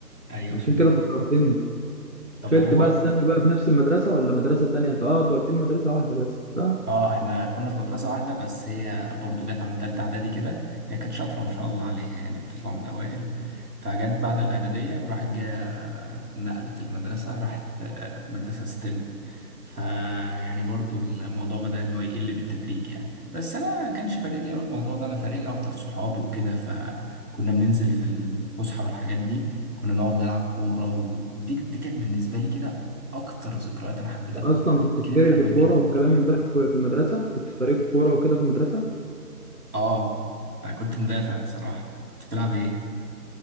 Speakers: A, on the right (about 65°); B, on the right (about 45°).
A: ايوه
B: عشان
A: فهمت
B: كده فكرتني
A: طب
B: دخلت
A: هو
B: بقى الثانوي بقى في نفس المدرسه ولا مدرسه تانيه انت اه انت قلت لي مدرسه واحده بس صح
A: اه احنا كنا في مدرسة واحدة بس هي برضو جت عن تالتة اعدادي كده هي كانت شاطرة ما شاء الله عليها يعني بتطلع من الاوائل فجت بعد الاعدادية راحت جا نقلت المدرسة راحت آه، مدرسة ستيم فيعني برضو الموضوع بدأ ان هو يقل بالتدريج يعني بس انا كانش فارق لي أوي الموضوع ده انا فارق لي اكتر صحابي وكده فكنا بننزل في الفسحة والحاجات دي كنا نقعد نلعب كورة ودي دي كانت بالنسبة لي كده اكتر ذكريات انا حبيتها
B: يعني
A: في
B: اصلا
A: المدرسة
B: كنت
A: اكيد
B: في
A: انت
B: فرقه
A: كمان
B: الكوره
A: كده
B: والكلام من ده في الكو- في المدرسه كنت في فريق كوره وكده في المدرسه
A: اه انا كنت مدافع بصراحة كنت بتلعب ايه